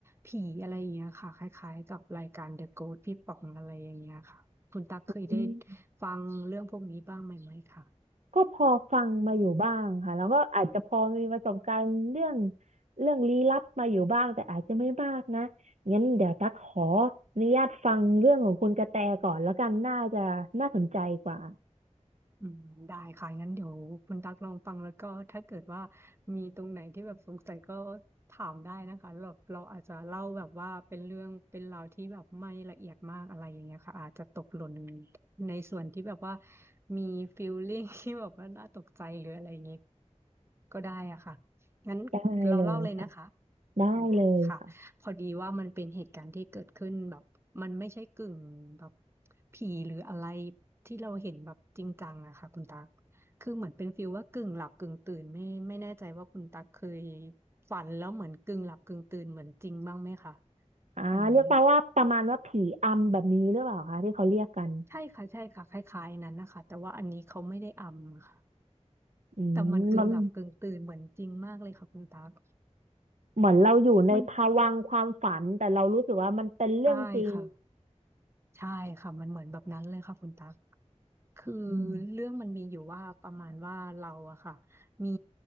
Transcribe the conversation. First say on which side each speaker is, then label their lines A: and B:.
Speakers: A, on the right; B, on the right.
A: ผีอะไรอย่างเงี้ยค่ะคล้ายๆกับรายการ The Ghost พี่ป๋องอะไรอย่างเงี้ยค่ะ คุณตักเคยได้
B: อืม
A: ฟังเรื่องพวกนี้บ้างไหมไหมคะ
B: ก็พอฟังมาอยู่บ้างค่ะแล้วก็อาจจะพอมีประสบการณ์เรื่องเรื่องลี้ลับมาอยู่บ้างแต่อาจจะไม่มากนะ งั้นเดี๋ยวตักขออนุญาตฟังเรื่องของคุณกระแตก่อนแล้วกันน่าจะน่าสนใจกว่า
A: อืมได้ค่ะงั้นเดี๋ยวคุณตักลองฟังแล้วก็ถ้าเกิดว่ามีตรงไหนที่แบบสงสัยก็ถามได้นะคะเราเราอาจจะเล่าแบบว่าเป็นเรื่องเป็นราวที่แบบไม่ละเอียดมากอะไรอย่างเงี้ยค่ะอาจจะตกหล่นในส่วนที่แบบว่ามีฟีลลิ่ง <laughs> ที่แบบว่าน่าตกใจหรืออะไรอย่างเงี้ยก็ได้อะค่ะงั้นเราเล่าเลยนะคะ
B: ได้เลยค่ะได้เลยค่ะ
A: นะค่ะพอดีว่ามันเป็นเหตุการณ์ที่เกิดขึ้นแบบมันไม่ใช่กึ่งแบบผีหรืออะไรที่เราเห็นแบบจริงจังอะค่ะคุณตักคือเหมือนเป็นฟีลว่ากึ่งหลับกึ่งตื่นไม่ไม่แน่ใจว่าคุณตักเคยฝันแล้วเหมือนกึ่งหลับกึ่งตื่นเหมือนจริงบ้างไหมคะ
B: อ่าเรียกมาว่าประมาณว่าผีอำแบบนี้หรือเปล่าคะที่เขาเรียกกัน
A: อันนี้ใช่ค่ะใช่ค่ะคล้ายๆนั้นนะคะแต่ว่าอันนี้เขาไม่ได้อำค่ะ
B: อืมมัน
A: แต่มันกึ่งหลับกึ่งตื่นเหมือนจริงมากเลยค่ะคุณตัก
B: เหมือนเราอยู่ในภวังค์ความฝันแต่เรารู้สึกว่ามันเป็นเรื่องจริง
A: มันใช่ค่ะใช่ค่ะมันเหมือนแบบนั้นเลยค่ะคุณตัก คือ
B: อืม
A: เรื่องมันมีอยู่ว่าประมาณว่าเราอะค่ะมี